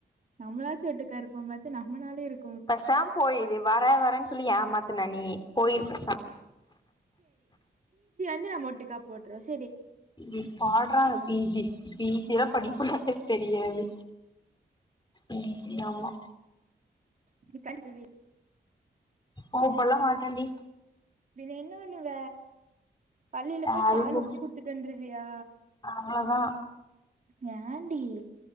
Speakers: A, on the right (about 45°); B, on the left (about 25°).
A: நம்மளாச்சு ஒட்டுக்கா இருப்போமா து நம்மளாலே இருக்
B: பேசாம் போயிரு வர வரன்னு சொல்லி ஏமாத்துன நீ போயிருப்பசா
A: ந்து நம்ம ஒட்டுக்கா போட்ற ஸ்
B: இங் பாட்றா பீ ஜி பீ ஜி எலா படிக்க மாட்ட. தெரியாது உம். ய ஆம்மா
A: <unintelligible>
B: ஓ இப்பல்லா மாட்டண்டி
A: <unintelligible> என்ன வன்னுவ பள்ளியில
B: யாரையு
A: போய் பால்
B: கூப்
A: ஊத்தி குடுத்துட்டு வந்துருவியா
B: அவ்ளோதா
A: யாண்டி